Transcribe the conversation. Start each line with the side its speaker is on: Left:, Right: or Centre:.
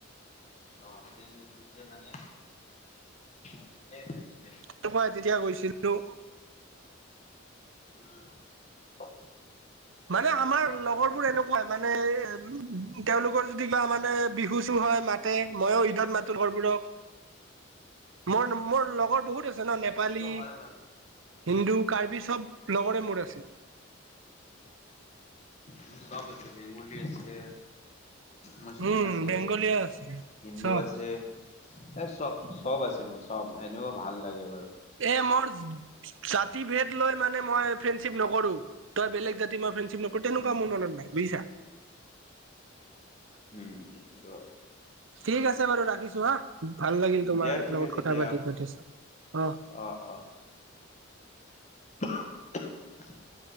Left: অ', তেনে তেতিয়া মানে মই তেতিয়াই খাইছোঁ।
Right: তো মই তেতিয়া গৈছিলোঁ
Left: <inaudible>
Right: মানে
Left: ঘৰত
Right: আমাৰ
Left: যাই থাকো
Right: লগৰবোৰ
Left: ন
Right: এনেকুৱা মই মানে তেওঁলোকৰ যদি কিবা মানে বিহু চু হয় মাতে মইয়ো ঈদত মাতো ঘৰবোৰক মোৰ মোৰ লগৰ বহুত আছে ন নেপালী
Left: সেইটোতো হয় বাৰু
Right: হিন্দু কাৰ্বি চব লগৰে মোৰ আছে।
Left: ম চব আছে বেংগোলী আছে। মুছলিম
Right: উম
Left: আছে
Right: বেংগলীয়া আছে
Left: হিন্দু
Right: চব
Left: আছে। এ চব চব আছে মোৰ চব এনেও ভাল লাগে বাৰু।
Right: এ মোৰ জাতি ভেদ লৈ মানে মই ফ্ৰেণ্ডশ্বিপ নকৰোঁ। তই জাতি মই ফ্ৰেণ্ডশ্বিপ নকৰোঁ তেনেকুৱা
Left: উম
Right: মোৰ মনত নাই বুজিছা।
Left: উম সেইটো হয়।
Right: ঠিক আছে বাৰু ৰাখিছোঁ হা ভাল লাগিল তোমাৰ
Left: দিয়া ঠিক
Right: লগত
Left: আছে
Right: কথা
Left: দিয়া
Right: পাতি যথেষ্ট অ'।
Left: অ', অ'। <unintelligible>